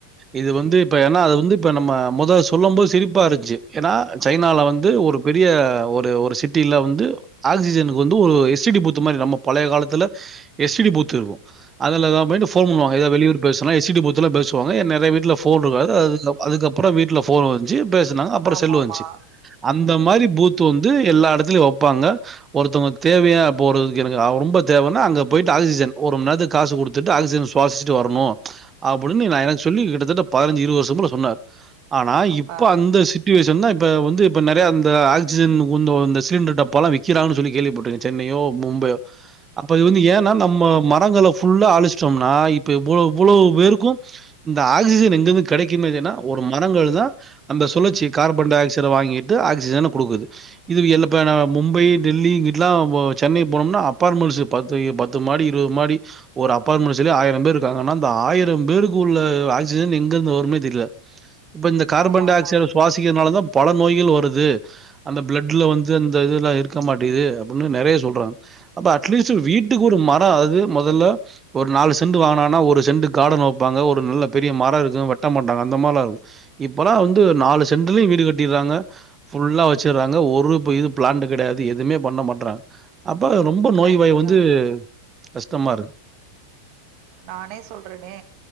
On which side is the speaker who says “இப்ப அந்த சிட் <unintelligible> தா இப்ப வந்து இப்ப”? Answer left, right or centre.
Right